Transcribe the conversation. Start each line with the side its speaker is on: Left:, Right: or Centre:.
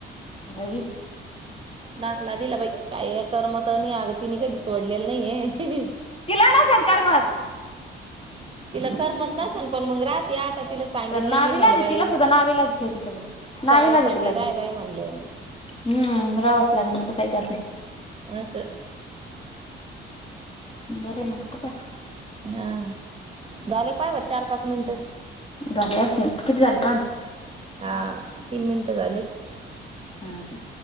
Left: भाई.
Right: दाखला दिला बाई. काय करमत नाही अग. तिने कधी सोडलेलं नाहीये.
Left: तिला नसन करमत.
Right: तिला करमत नसल पण मग, राहते आता तिला सांगितलंय.
Left: तर नाविलाज
Right: मी म्हणल
Left: आहे
Right: बाई
Left: तिला सुद्धा नाविलाज खेळ तिच्या बरोबर नाविलाज
Right: शाळेसाठी
Left: आहे तिला बी
Right: राहाय बाई म्हणल.
Left: हम्म, राहवच लागण आत्ता काय करत्या.
Right: अस.
Left: बरं आहे मग तर काय
Right: हा, झाले पाहाय बर चार पाच मिनटं.
Left: झाली असतीन. किती झाले पाहा ना?
Right: हा, तीन मिनटं झालेत.
Left: हा का?